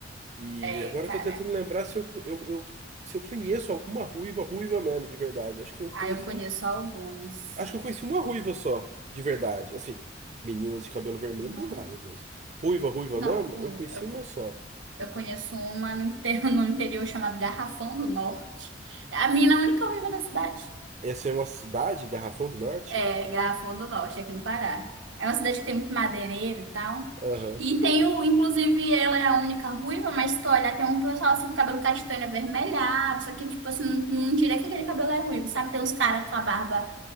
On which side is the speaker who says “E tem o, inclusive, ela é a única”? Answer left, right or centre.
Right